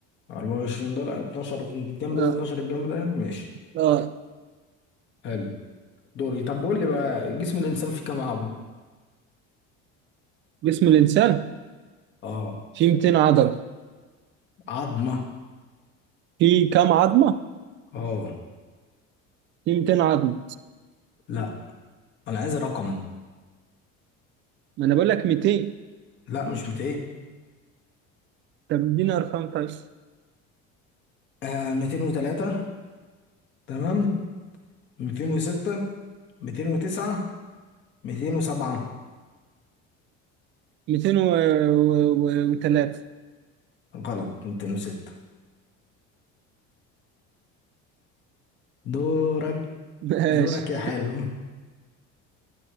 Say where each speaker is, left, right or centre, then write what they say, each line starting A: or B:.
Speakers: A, on the left; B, on the right.
A: 24 ضلع 12 الجنب
B: آه.
A: ده و12 الجنب ده يعني ماشي
B: آه.
A: حلو دوري طب قول لي بقى جسم الانسان فيه كام عظمة
B: جسم الإنسان
A: اه
B: فيه 200 عضلة
A: عظمة
B: فيه كام عظمة؟
A: اه
B: فيه 200 عظمة
A: لا انا عايز رقم
B: ما أنا بقول لك 200
A: لا مش 200
B: طب اديني أرقام طيب
A: آه 203 تمام 206 209 207
B: 203
A: غلط 206 دورك
B: ماشي
A: دورك يا حلو